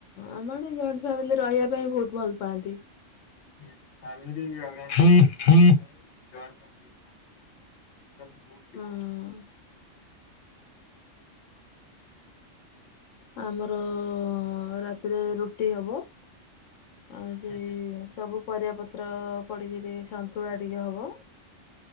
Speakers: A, on the left; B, on the left.
A: ଆମ ଆଡେ ଜଏଣ୍ଟ ଫାମିଲି ରହିବା ପାଇଁ ବହୁତ ଭଲ ପାଆନ୍ତି।
B: ହ <unintelligible> <unintelligible>
A: ହଁ ଆମର ରାତିରେ ରୁଟି ହବ। ଆ ସେଇ
B: ହୁଁ ହୁଁ
A: ସବୁ ପରିବା ପତ୍ର ପଡିକି ଟିକେ ସନ୍ତୁଳା ଟିକେ ହବ।